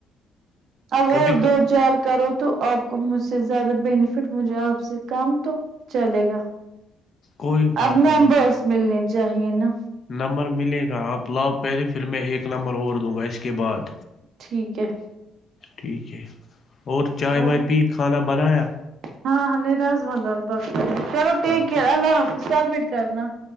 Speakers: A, on the right; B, on the left.
A: اب
B: ابھی
A: اور دو چار کرو تو آپ کو مجھ سے زیادہ بینیفٹ مجھے آپ سے کم تو چلے گا
B: کوئی بات
A: اب ن
B: نہیں میں
A: بس ملنی چاہیے نا
B: نمبر ملے گا آپ لاؤ پہلے پھر میں ایک نمبر اوڑ دوں گا اس کے بعد
A: ٹھیک ہے
B: ٹھیک ہے اور چائے
A: اور
B: بائے پی کھانا بنایا
A: ہاں ہاںیراضم پکلو ٹئر
B: اچھا
A: اللہ حافظ سبمٹ کرنا